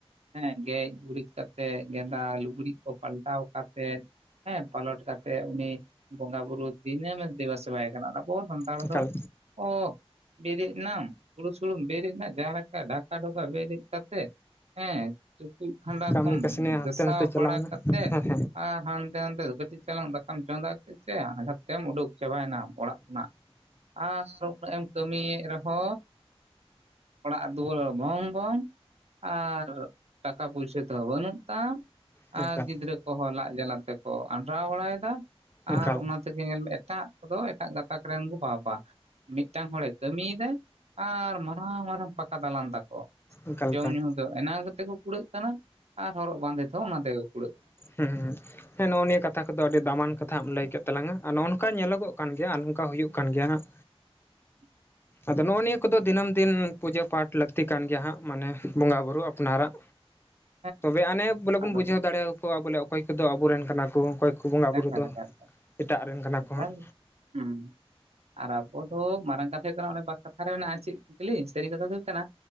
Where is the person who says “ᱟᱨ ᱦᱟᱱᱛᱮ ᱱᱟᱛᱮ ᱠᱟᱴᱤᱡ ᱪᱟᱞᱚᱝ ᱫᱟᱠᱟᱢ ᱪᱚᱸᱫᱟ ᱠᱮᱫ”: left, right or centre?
Right